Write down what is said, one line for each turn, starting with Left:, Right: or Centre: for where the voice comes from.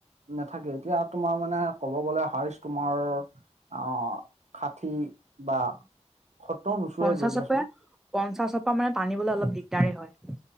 Right: নাথাকে এতিয়া তোমাৰ মানে ক'ব গ'লে হাইচ তোমাৰ অ ষাঠী বা সত্তৰ নোচোৱাই
Centre: পঞ্চাশৰ
Right: গৈ দিয়াচোন
Centre: পৰা পঞ্চাশৰ পা মানে টানিবলৈ অলপ দিগদাৰে হয়।